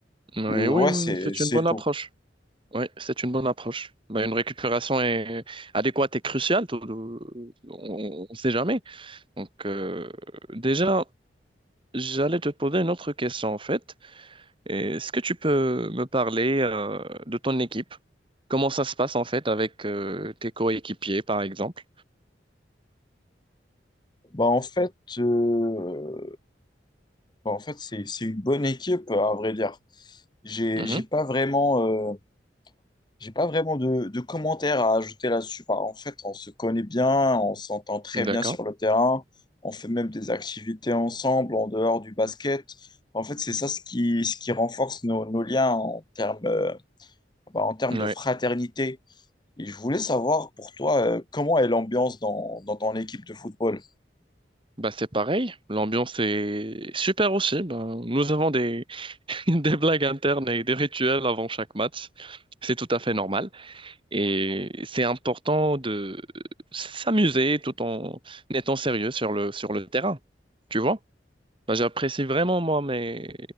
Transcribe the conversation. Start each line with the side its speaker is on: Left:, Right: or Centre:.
Right: Oui,
Left: Euh,
Right: oui,
Left: ouais,
Right: oui,
Left: c'est,
Right: oui, c'est
Left: c'est
Right: une bonne
Left: tout.
Right: approche. Oui, c'est une bonne approche. Bah, une récupération est adéquate et cruciale. tout le- On ne sait jamais. Donc, euh, déjà. J'allais te poser une autre question en fait. Est-ce que tu peux me parler euh, de ton équipe? Comment ça se passe en fait avec euh, tes coéquipiers par exemple?
Left: Bah, en fait, euh, bah, en fait c'est, c'est une bonne équipe, à vrai dire. J'ai,
Right: Mhm.
Left: j'ai pas vraiment euh, J'ai pas vraiment de, de commentaires à ajouter là-dessus. Bah, en fait, on se connaît bien, on s'entend très
Right: D'accord.
Left: bien sur le terrain, on fait même des activités ensemble en dehors du basket. En fait, c'est ça ce qui, ce qui renforce nos, nos liens en termes, euh, bah, en termes
Right: Ouais.
Left: de fraternité. Et je voulais savoir pour toi, euh, comment est l'ambiance dans, dans ton équipe de football?
Right: Bah c'est pareil. L'ambiance est super aussi. Ben, nous avons des... <laughs> des blagues internes et des rituels avant chaque match. C'est tout à fait normal. Et c'est important de s'amuser tout en étant sérieux sur le sur le terrain. Tu vois? Ben, j'apprécie vraiment, moi, mes,